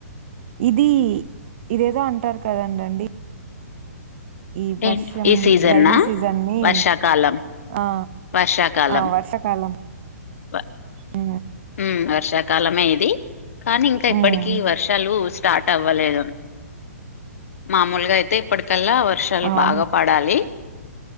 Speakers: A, on the right; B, on the left.
A: ఇది ఇదేదో అంటారు కదండండి ఈ
B: ఏంటి
A: వర్షం
B: ఈ సీజన్నా
A: రైైనీ సీజన్ ని
B: వర్షాకాలం
A: ఆ
B: వర్షాకాలం
A: ఆ వర్షాకాలం
B: వ
A: ఆ
B: ఉమ్ వర్షాకాలమే ఇది కానీ ఇంకా
A: హ్మ్.
B: ఇప్పటికీ వర్షాలు స్టార్ట్ అవ్వలేదు మామొలుగా అయితే ఇప్పడ్ కల్లా వర్షాలు
A: అవునండి.
B: బాగా పడాలి